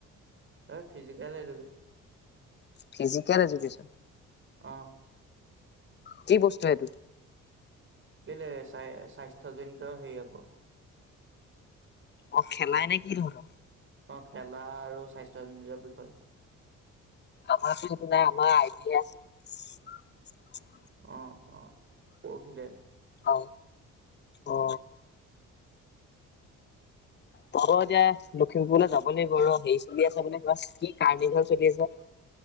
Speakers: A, on the right; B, on the left.
A: এ ফিজিকেল এডোকেশ্যন
B: ফিজিকেল এজোশ্যন
A: অ
B: কি বস্তু এইটো
A: বেলে স্বা স্বাস্থ্যজনিত হেই আকৌ
B: অ খেলাই নে কি ধৰণৰ
A: অ খেলা আৰু স্বাস্থ্য নিজৰ বিষয়
B: আমাৰ নাই আমাৰ আই পি
A: অ অ পৰখিলে
B: অ অ পোৱাব এতিয়া লখিমপুৰলৈ যাব লাগিব ৰ হেৰি চলি আছে বোলে কিবা কি কাৰ্ণিভল চলি আছে